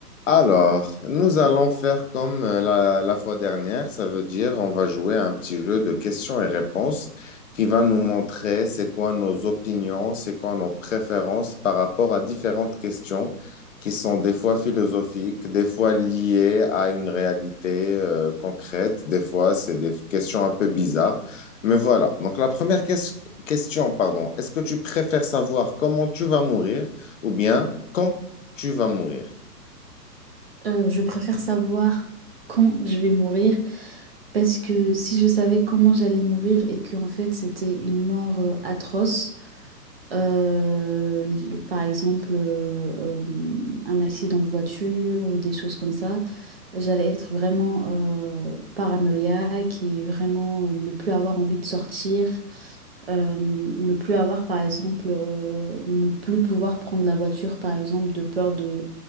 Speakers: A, on the left; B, on the right.
A: Alors, nous allons faire comme euh, la, la fois dernière, ça veut dire on va jouer à un petit jeu de questions et réponses qui va nous montrer c'est quoi nos opinions, c'est quoi nos préférences par rapport à différentes questions qui sont des fois philosophiques, des fois liées à une réalité euh, concrète, des fois c'est des questions un peu bizarres. Mais voilà, donc la première ques- question, pardon, est-ce que tu préfères savoir comment tu vas mourir ou bien quand tu vas mourir?
B: Euh, je préfère savoir quand je vais mourir parce que si je savais comment j'allais mourir et que en fait c'était une mort euh, atroce, euh, li- par exemple euh, euh, un accident de voiture ou des choses comme ça, j'allais être vraiment euh, paranoïaque et vraiment euh, ne plus avoir envie de sortir, euh, ne plus avoir par exemple, euh, ne plus pouvoir prendre la voiture par exemple de peur de